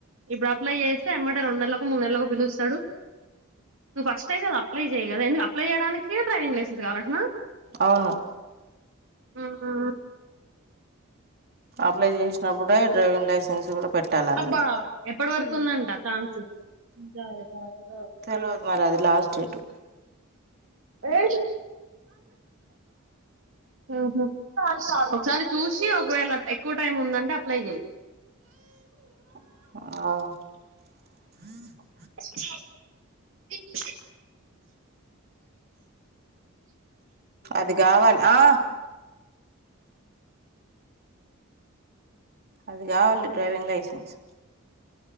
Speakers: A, on the right; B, on the right.
A: ఇప్పుడు అప్లై చేస్తే ఎమ్మంటే రెండు నెలలకు ఒక మూడు నెలలకుకి బిల్ ఇస్తాడు నువ్వు ఫస్ట్ అయితే కా అప్లై చెయ్య కదా ఎ అప్లై చేయడానికి డ్రైవింగ్ లైసెన్స్ కావాలంటన్నా
B: అవును
A: ఆహ
B: అప్లై చేసినప్పుడే డైవింగ్ లైసెన్స్ కూడా పెట్టాలి అందులో
A: అబ్బా ఎప్పటి వరకు ఉందంట ఛాన్స్ చాల సార్లు
B: తెలవదు అది మరి లాస్ట్ డేటు
A: ఓచు ఆహా స ఒకసారి చూసి ఒకవేళ ఎక్కువ టైం ఉందండి అప్లై చెయ్
B: ఆ
A: ఇనో అడిబుల్
B: అది గావాలి ఆ అది కావాలి డ్రైవింగ్ లైసెన్స్